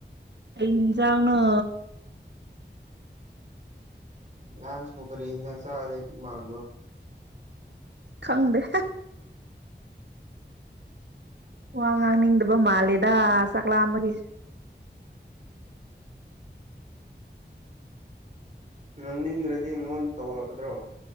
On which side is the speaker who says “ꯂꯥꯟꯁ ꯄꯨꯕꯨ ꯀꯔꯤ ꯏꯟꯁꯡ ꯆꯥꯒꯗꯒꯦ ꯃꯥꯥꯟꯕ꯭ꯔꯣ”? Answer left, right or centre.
Right